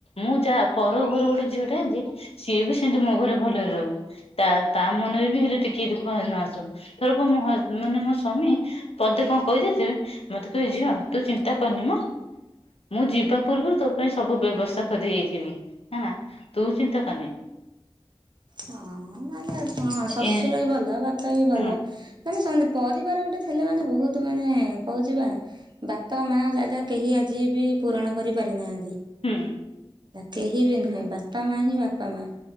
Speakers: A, on the left; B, on the right.
A: ମୁଁ ଯାହା ପର ଘରୁ ଗୋଟେ ଝିଅ ଝିଅଟାଏ ଆଣିଚି ସିଏ ବି ସେମତି ମୋ ଘରେ ଭଲରେ ରହୁ। ତା ତା ମନରେ ବି ହେଲେ ଟିକେ ଦୁଃଖ ନ ଆସୁ। ଏଥରକୁ ମୋ ହଜ ମାନେ ମୋ ସ୍ଵାମୀ ପଦେ କଣ କହିଦେଇଥିବେ ମତେ କହିବେ ଝିଅ ତୁ ଚିନ୍ତା କରିନି ମ। ମୁଁ ଯିବା ପୂର୍ବରୁ ତୋ ପାଇଁ ସବୁ ବ୍ୟବସ୍ଥା କରି ଦେଇ ଯାଇଥିବି ହେନା ତୁ ଚିନ୍ତା କରିନି।
B: ହଁ ଭାଲେ ଆଉ କଣ ଶ୍ୱଶୁର
A: ଏ
B: ବି ଭଲ ବାପା ବି ଭଲ।
A: ହଁ
B: ମାନେ ସମସ୍ତେ ପରି ପରିବାର ଗୋଟେ ଥିଲେ ମାନେ ବହୁତ ମାନେ କହୁଚି ବା ବାପା ମା ଜାଗା କେହି ଆଜି ବି ପୂରଣ କରିପାରିନାହାଁନ୍ତି।
A: ହୁଁ।
B: କେହି ବି ନୁହେଁ ବାପା ମା ହିଁ ବାପା ମା।